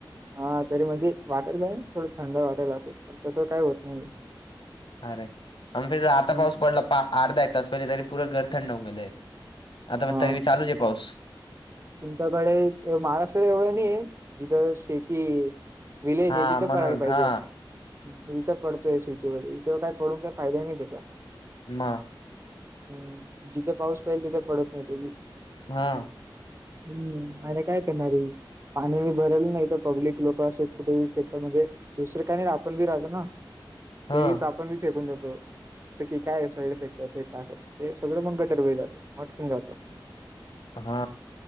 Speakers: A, on the right; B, on the left.
A: हा तरी म्हणजे वाटर नाही थोडं थंड वाटर असत पण तसं काय होत नाही आहे.
B: अरे आमच्या हितं आता
A: हम्म
B: पाऊस पडला पा अर्धा एक तास पहिले तरी प पुरं घर थंड होऊन गेलंय. आता पण
A: हा
B: तरी बी चालूच आहे पाऊस.
A: तुमच्याकडे महाराष्ट्राकडे एवढं नाही आहे जिथं शेती आहे. विलेज
B: हा
A: आहे तिथं
B: म्हणून
A: पडायला पाहिजे.
B: हा
A: इथं पडतोय सिटी मध्ये इथं काय पडून काय फायदा नाही त्याचा
B: मग
A: ह जिथे पाऊस पाहिजे तिथं पडत नाही तो बी.
B: हा
A: हम्म आणि काय करणारी, पाणी भरल नाही तर पब्लिक लोक असे कुठे फेकतात म्हणजे दुसरे काय नाही आपण बी राहतो ना,
B: हा
A: ते बि पण मी फेकून देतो. सगळी काय सगळं फेकतात अस हे सगळं मग गटर मधी जात म आटकून राहतं.
B: हा